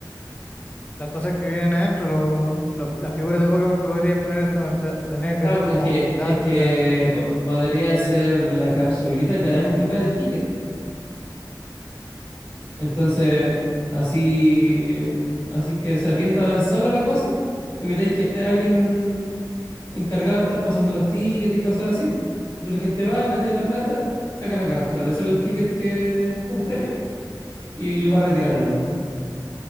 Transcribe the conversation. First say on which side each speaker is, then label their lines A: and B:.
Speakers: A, on the left; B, on the left.
A: las cosas que vienen adentro, lo- lo- las figuras de Pokémon que podría poner son- o sea, tendrían que
B: No,
A: ser
B: pero
A: como
B: es que,
A: plásticas,
B: es que po- podría ser la capsulita que adentro trae el ticket. Entonces, así, así que se atienda sola la cosa, evitáis que esté alguien encargado de estar pasando los tickets y cosas así. po. Entonces la gente va, mete la plata, saca una cápsula, le sale el ticket que con premio y le va a retirarlo nomás.